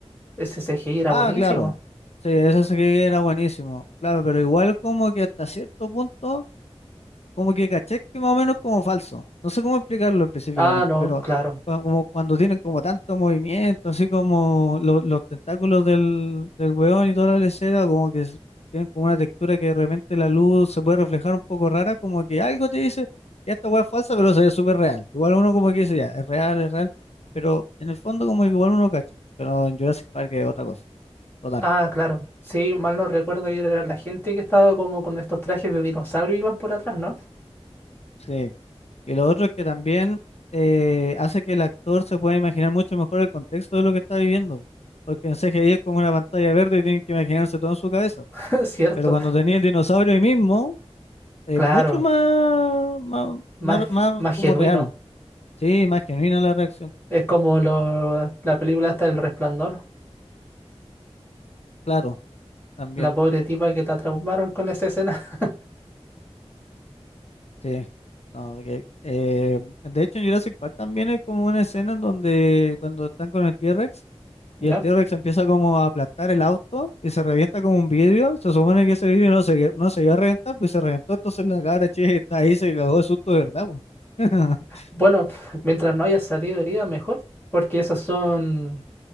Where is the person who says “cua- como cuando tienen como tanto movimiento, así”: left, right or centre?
Left